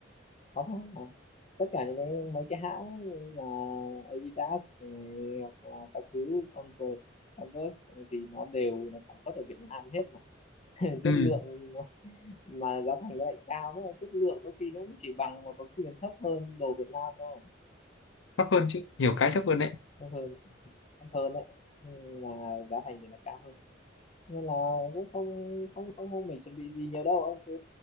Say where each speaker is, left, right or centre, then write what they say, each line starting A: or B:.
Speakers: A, on the left; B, on the left.
A: có mà. tất cả những cái mấy cái hãng như là Adidas này, hoặc là các thứ Converse Converse thì nó đều là sản xuất ở Việt Nam hết mà <laughs>
B: ừ,
A: chất lượng nó- mà giá thành nó lại cao nữa chất lượng có khi nó cũng chỉ bằng mà có khi còn thấp hơn đồ Việt Nam thôi
B: thấp hơn chứ nhiều cái thấp hơn đấy
A: thấp hơn thấp hơn đấy nhưng mà giá thành thì nó cao hơn nên là cũng không không không không phải chuẩn bị gì nhiều đâu ông cứ